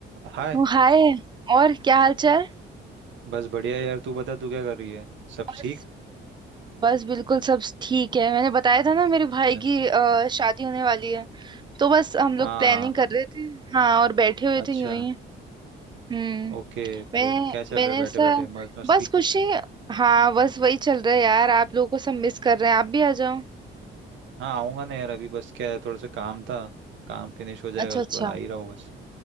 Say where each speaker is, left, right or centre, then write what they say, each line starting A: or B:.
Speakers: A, on the right; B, on the right.
A: हाय
B: ओ, हाय और क्या हाल चाल
A: बस बढ़िया यार तू बता तू क्या कर रही है सब
B: बस
A: ठीक
B: बस बिल्कुल सब ठीक है मैंने बताया था ना मेरे
A: अच्छा
B: भाई की अ, शादी होने वाली है तो बस हम लोग
A: हाँ
B: प्लानिंग कर रहे थे हाँ और बैठे हुए
A: अच्छा
B: थे यूं ही हम्म
A: ओके फिर
B: मैंने
A: क्या चल
B: मैंने
A: रहा है बैठे
B: ऐसा
A: बैठे मौज मस्ती
B: बस खुशी हाँ बस वही चल रहा है यार आप लोगों को सब मिस कर रहे हैं आप भी आ जाओ
A: हाँ आऊंगा ना यार अभी बस क्या है थोड़ा सा काम था काम फिनिश हो जाएगा
B: अच्छा
A: उसके
B: अच्छा
A: बाद आ ही रहा हूँ बस